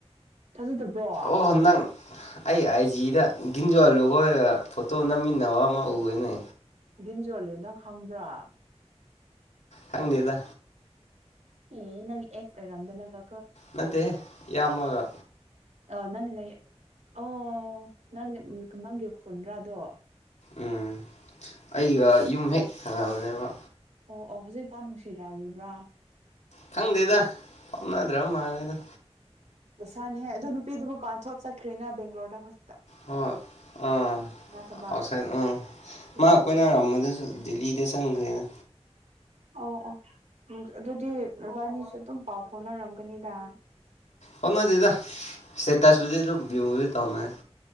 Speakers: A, on the right (about 85°); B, on the left (about 80°).
A: ꯊꯥꯖꯗꯕ꯭ꯔꯣ
B: ꯑꯣ ꯅꯪ ꯑꯩ ꯑꯥꯏꯖꯤꯗ ꯂꯣ ꯐꯣꯇꯣ ꯑꯣꯅ ꯃꯤ ꯅ ꯎꯦꯅꯦ
A: ꯒꯤꯟꯖꯣꯜꯂ ꯅꯪ ꯈꯪꯕ꯭ꯔꯥ
B: ꯍꯪꯦꯗ
A: ꯑꯦ ꯅꯪ ꯑꯦꯛꯁ ꯔꯝꯗꯅꯕ
B: ꯃꯠꯇꯦ ꯌꯥꯝꯃꯒ
A: ꯑ ꯅꯪꯅ ꯑꯣ ꯅꯪ ꯅꯪꯒꯤ ꯈꯨꯟꯗ꯭ꯔꯥꯗꯣ
B: ꯎꯝ ꯑꯩꯒ ꯌꯨꯝ ꯍꯦꯛ ꯈꯪꯉꯕꯅꯦꯕ
A: ꯑꯣ ꯑꯣ ꯍꯧꯖꯤꯛ ꯏꯐꯥ ꯅꯨꯡꯁꯤꯔꯛꯕ꯭ꯔꯥ
B: ꯈꯪꯗꯦꯗ ꯍꯥꯎꯅꯗ꯭ꯔꯕ ꯃꯥꯜꯂꯦꯗ
A: ꯂꯁꯥꯅꯤ ꯍꯥꯏ ꯑꯗꯣ ꯅꯨꯄꯤꯗꯨ ꯃ ꯄꯄꯥꯟ ꯊꯣꯛꯠ ꯆꯠꯈ꯭ꯔꯦꯅ ꯕꯦꯡꯒꯣꯔꯗ ꯍꯣꯏ
B: ꯍꯣꯏ ꯎꯝ
A: ꯊꯕ
B: ꯑꯥꯎꯁꯥꯏꯠ ꯎꯝ
A: ꯎꯝ
B: ꯃꯥ ꯑꯩꯈꯣꯏ ꯅꯥꯔꯝꯕꯗꯁꯨ ꯗꯗꯤꯜꯂꯤꯗ ꯆꯪꯈ꯭ꯔꯦꯅ
A: ꯑ ꯑꯣ ꯑꯗꯨꯗꯤ ꯏꯕꯥꯅꯤꯁꯨ ꯑꯗꯨꯝ ꯄꯥꯎ ꯐꯥꯎꯅꯔꯝꯒꯅꯤꯗ
B: ꯍꯅꯗꯗ ꯁꯇꯥ ꯁ ꯑꯗꯨ ꯕꯨꯔꯤ ꯇꯧꯃꯦ